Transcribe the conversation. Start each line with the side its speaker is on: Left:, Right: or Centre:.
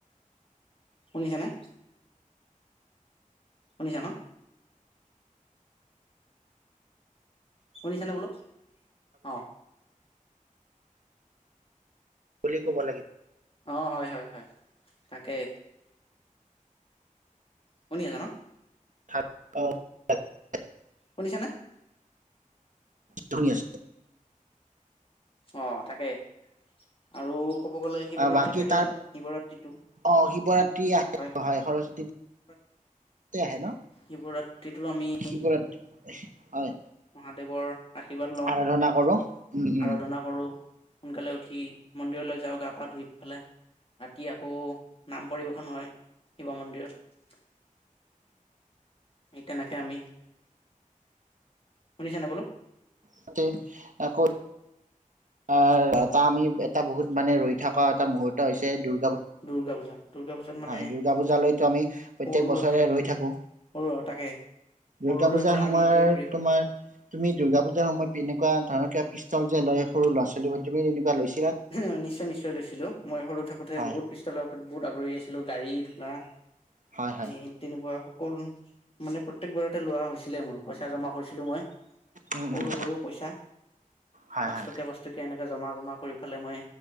Left: শুনিছানে শুনিছা ন শুনিছানে বোলো অ'
Right: বুলি ক'ব লাগে
Left: অ হয় হয় হয় তাকেই! শুনি আছা ন
Right: সাত পাওঁ এ এ
Left: শুনিছানে
Right: শুনি আছোঁ।
Left: অ' তাকেই। আৰু ক'ব গ'লে শিৱৰাত্ৰি
Right: অ বাকী
Left: থাকিলে।
Right: তাৰ
Left: শিৱৰাত্ৰিটো
Right: অ শিৱৰাত্ৰি আহে
Left: হয় হয়
Right: সৰস্বতী পূজাতে আহে ন
Left: শিৱৰাত্ৰিটো আমি
Right: শিৱৰাত্ৰি হয়
Left: মহাদেৱৰ আশীৰ্বাদ লওঁ,
Right: আৰাধনা কৰো উম উম
Left: আৰাধনা কৰোঁ সোনকালে উঠি মন্দিৰলৈ যাওঁ, গা পা ধুই পেলাই, ৰাতি আকৌ নাম পৰিবেশন হয় শিৱ মন্দিৰত, সেই তেনেকে আমি শুনিছানে বোলো
Right: তাতে আকৌ অ' এটা আমি বহুত মানে, ৰৈ থকা এটা মূহুৰ্ত হৈছে দূৰ
Left: দুৰ্গা পূজা দুৰ্গা পূজাত মানে
Right: হয়, দুৰ্গা পূজালৈতো আমি প্ৰত্যেক
Left: সৰুৰে
Right: বছৰে
Left: পৰাই
Right: ৰৈ থাকো।
Left: সৰু আৰু তাকে
Right: দুৰ্গা
Left: সৰুৰে
Right: পূজাৰ
Left: পৰা
Right: সময়ত
Left: আমি এইটোৱে
Right: তোমাৰ তুমি দুৰ্গা পূজাৰ সময়ত এনেকুৱা ধৰণৰ কিবা পিষ্টল যে লয় সৰু‌ ল'ৰা ছোৱালী বোৰে তুমিওঁ তেনেকুৱা লৈছিলা?
Left: অ' নিশ্চয়, নিশ্চয়, লৈছিলোঁ মই সৰু থাকোতে
Right: হয়
Left: বহুত পিষ্টলৰ প্ৰতি, বহুত আগহী আছিলোঁ ললো গাড়ী ঘুনা
Right: হয় হয়
Left: নেতেনেকুৱা কৰো মানে প্ৰত্যেকবাৰতে লোৱা হৈছিলে মোৰ, পইচা জমা কৰিছিলো মই
Right: উম
Left: সৰু
Right: উম
Left: সৰু পইচা
Right: হয়
Left: পাঁচ
Right: হয়
Left: টকীয়া পাঁচ টকীয়া এনেকে জমা জমা কৰি পেলাই মই,